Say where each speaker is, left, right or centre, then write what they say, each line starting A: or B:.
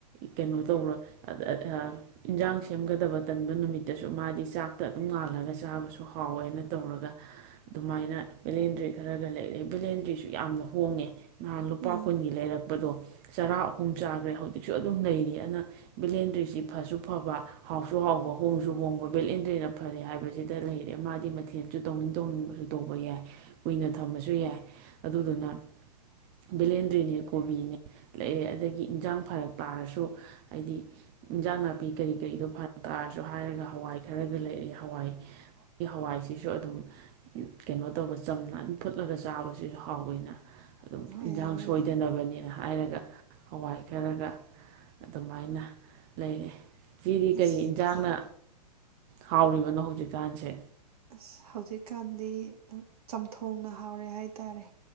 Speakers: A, on the right (about 35°); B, on the right (about 60°).
A: ꯀꯩꯅꯣ ꯇꯧꯕ꯭ꯔꯣ <unintelligible> ꯏꯟꯖꯥꯡ ꯁꯦꯝꯒꯗꯕ ꯇꯟꯕ ꯅꯨꯃꯤꯠꯇꯁꯨ ꯃꯥꯗꯤ ꯆꯥꯛꯇ ꯑꯗꯨꯝ ꯉꯥꯜꯂꯒ ꯆꯥꯕꯁꯨ ꯍꯥꯎꯋꯦꯅ꯫ ꯇꯧꯔꯒ ꯑꯗꯨꯃꯥꯏꯅ ꯚꯦꯂꯦꯟꯗ꯭ꯔꯤ ꯈꯔꯒ ꯂꯩꯔꯦ ꯚꯦꯂꯦꯟꯗ꯭ꯔꯤꯁꯨ ꯌꯥꯝꯅ ꯍꯣꯡꯉꯦ ꯅꯍꯥꯟ ꯂꯨꯄꯥ
B: ꯎꯝ
A: ꯀꯨꯟꯒꯤ ꯂꯩꯔꯛꯄꯗꯣ ꯆꯔꯥ ꯑꯍꯨꯝ ꯆꯥꯈ꯭ꯔꯦ ꯍꯧꯖꯤꯛꯁꯨ ꯑꯗꯨꯝ ꯂꯩꯔꯤ ꯑꯗꯨꯅ ꯕꯦꯂꯦꯟꯗ꯭ꯔꯤꯁꯤ ꯐꯁꯨ ꯐꯕ ꯍꯥꯎꯁꯨ ꯍꯥꯎꯕ ꯍꯣꯡꯁꯨ ꯍꯣꯡꯕ ꯕꯦꯂꯦꯟꯗ꯭ꯔꯔꯤꯅ ꯐꯔꯦ ꯍꯥꯏꯕꯁꯤꯗ ꯂꯩꯔꯦ ꯃꯥꯗꯤ ꯁꯨ ꯇꯧꯅꯤꯡ ꯇꯧꯅꯤꯡꯕꯁꯨ ꯇꯧꯕ ꯌꯥꯏ ꯀꯨꯏꯅ ꯊꯃꯁꯨ ꯌꯥꯏ ꯑꯗꯨꯗꯨꯅ ꯚꯦꯂꯦꯟꯗ꯭ꯔꯤꯅꯦ ꯀꯣꯕꯤꯅꯦ ꯂꯩꯔꯦ ꯑꯗꯒꯤ ꯏꯟꯖꯥꯡ ꯐꯔꯛ ꯇꯥꯔꯁꯨ ꯍꯥꯏꯗꯤ ꯏꯟꯖꯥꯡ ꯅꯥꯄꯤ ꯀꯔꯤ ꯀꯔꯤꯗꯣ ꯐꯔꯛ ꯇꯥꯔꯁꯨ ꯍꯥꯏꯔꯒ ꯍꯋꯥꯏ ꯈꯔꯒ ꯂꯩꯔꯦ ꯍꯋꯥꯏ ꯍꯋꯥꯏ ꯁꯤꯁꯨ ꯑꯗꯨꯝ ꯀꯩꯅꯣ ꯇꯧꯕ ꯆꯝꯅ ꯑꯗꯨꯝ ꯐꯨꯠꯂꯒ ꯆꯥꯕꯁꯤꯁꯨ ꯍꯥꯎꯋꯤꯅ ꯑꯗꯨꯝ
B: ꯍꯣꯏꯅꯦ
A: ꯏꯟꯁꯥꯡ
B: ꯍꯣꯏꯅꯦ
A: ꯁꯣꯏꯗꯅꯕꯅꯤꯅ ꯍꯥꯏꯔꯒ ꯍꯋꯥꯏ ꯈꯔꯒ ꯑꯗꯨꯃꯥꯏꯅ ꯂꯩꯔꯦ ꯆꯤꯗꯤ
B: ꯑꯁ
A: ꯀꯔꯤ ꯌꯦꯟꯁꯥꯡꯅ ꯍꯥꯎꯔꯤꯕꯅꯣ ꯍꯧꯖꯤꯛꯀꯥꯟꯁꯦ
B: ꯑꯁ ꯍꯧꯖꯤꯛꯀꯥꯟꯗꯤ ꯆꯝꯊꯣꯡꯅ ꯍꯥꯎꯔꯦ ꯍꯥꯏꯇꯥꯔꯦ